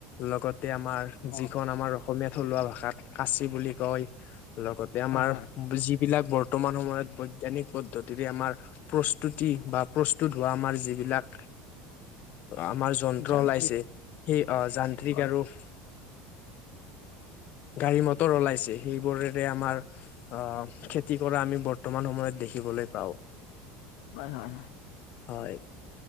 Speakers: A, on the left; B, on the left.
A: লগত তে আমাৰ যিখন
B: অ
A: আমাৰ অসমীয়া থলুৱা ভাষাত কাচি বুলি কয়। লগতে আমাৰ
B: হয় হয়
A: যিবিলাক বৰ্তমান সময়ত বৈজ্ঞানিক পদ্ধতিৰে আমাৰ প্ৰস্তুতি বা প্ৰস্তুত হোৱা আমাৰ যিবিলাক আমাৰ যন্ত্ৰ
B: যান্ত্ৰিক
A: ওলাইছে সেই যান্ত্ৰিক
B: হয়
A: আৰু অহ গাড়ী মটৰ ওলাইছে। সেইবোৰেৰে আমাৰ অহ খেতি কৰা আমি বৰ্তমান সময়ত দেখ- দেখিবলৈ পাওঁ।
B: হয় হয় হয়
A: হয়